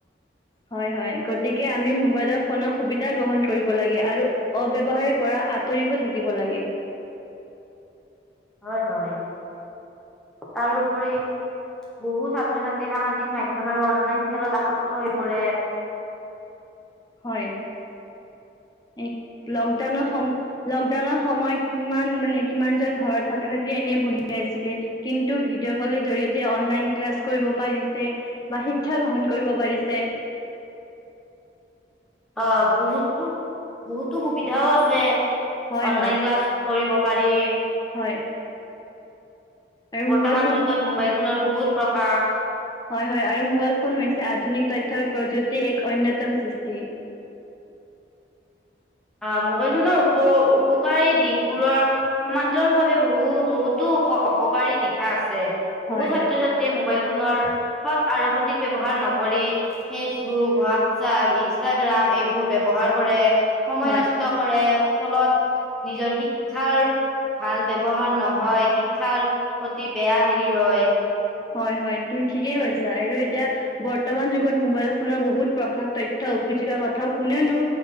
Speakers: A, on the left (about 20°); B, in the centre.
A: হয় হয় গতিকে আমি মোবাইলৰ ফোনক সুবিধা গ্ৰহণ কৰিব লাগে আৰু অব্যৱহাৰ পৰা আঁতৰিব থাকিব লাগে।
B: হয় হয় তাৰোপৰি বহু ছাত্ৰ ছাত্ৰী সামাজিক মাধ্যম আৰু অনলাইন খেলত আসক্ত হৈ পৰে।
A: হয় এক লকডাউনৰ সম লকডাউনৰ সময়ত কিমান মানে কিমান জন ঘৰত ছাত্ৰ ছাত্ৰী এনে বহি আছিলে কিন্তু ভিডিঅ' কলৰ জৰিয়তে অনলাইন ক্লাছ কৰিব পাৰিছে বা শিক্ষা গ্ৰহণ কৰিব পাৰিছে।
B: অ বহুতো বহুতো সুবিধাও আছে।
A: হয়
B: অনলাইন
A: হয়
B: ক্লাছ কৰিব পাৰি
A: হয় আৰু
B: বৰ্তমান
A: মোবাইল ফোন
B: যুগত মোবাইল ফোনৰ বহুত প্ৰহাৰ
A: হয় হয় আৰু মোবাইল ফোন হৈছে আধুনিক তথ্যৰ প্ৰযুক্তিৰ এক অন্যতম সৃষ্টি।
B: অ মোবাইল ফোনৰ উপ উপকাৰী দিশবোৰৰ সমান্তৰাল ভাৱে বহু বহুতো অপকাৰী দিশা আছে।
A: হয়
B: বহু ছাত্ৰ
A: হয়
B: ছাত্ৰীয়ে মোবাইল। নৰ সৎ আৰু সঠিক ব্যৱহাৰ নকৰি ফেচবুক, হোৱাটছপ, ইনষ্টাগ্ৰাম এইবোৰ ব্যৱহাৰ কৰে। সময়
A: হয়
B: নষ্ট কৰে ফলত নিজৰ শিক্ষাৰ ভাল ব্যৱহাৰ নহয়, শিক্ষাৰ প্ৰতি বেয়া হেৰি হয়।
A: হয় হয় তুমি ঠিকেই কৈছা আৰু এতিয়া বৰ্তমান যুগত মোবাইল ফোনৰ বহুত প্ৰসাশ তথ্য উপজিকাৰ কথাও কোনেনো